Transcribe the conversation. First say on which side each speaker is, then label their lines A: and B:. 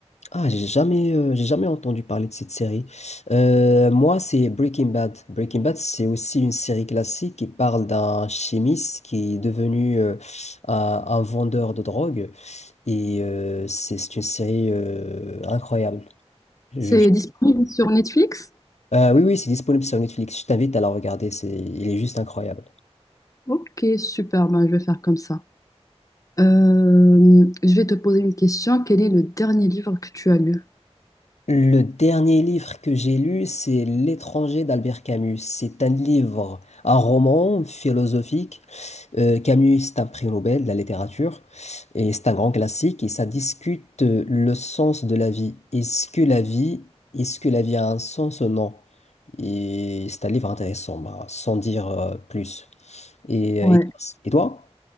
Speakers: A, on the left; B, on the left.
A: Ah, j'ai jamais, euh, j'ai jamais entendu parler de cette série. Euh, moi, c'est Breaking Bad. Breaking Bad, c'est aussi une série classique qui parle d'un chimiste qui est devenu euh, un, un vendeur de drogue. Et euh, c'est c'est une série euh, incroyable. Je-
B: C'est disponible sur Netflix?
A: Euh, oui, oui, c'est disponible sur Netflix. Je t'invite à la regarder. C'est, il est juste incroyable.
B: Ok, super, ben, je vais faire comme ça. Euh, je vais te poser une question. Quel est le dernier livre que tu as lu?
A: Le dernier livre que j'ai lu, c'est L'étranger d'Albert Camus. C'est un livre, un roman philosophique Euh, Camus, c'est un prix Nobel de la littérature et c'est un grand classique et ça discute euh, le sens de la vie. Est-ce que la vie, est-ce que la vie a un sens ou non? Et c'est un livre intéressant, bah, sans dire euh, plus. Et,
B: Ouais.
A: euh, et toi? et toi